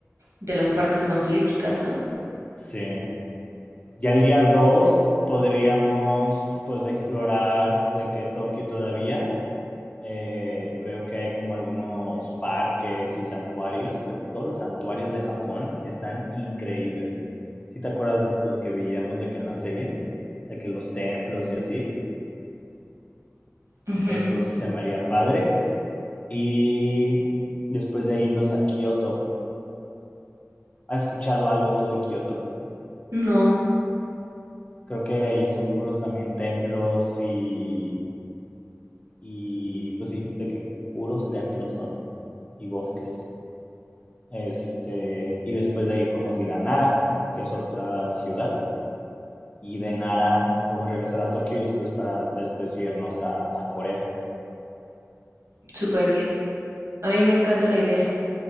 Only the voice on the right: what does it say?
de las partes más turísticas, ¿no?
Ujú.
No,
súper bien. A mí me encanta la idea.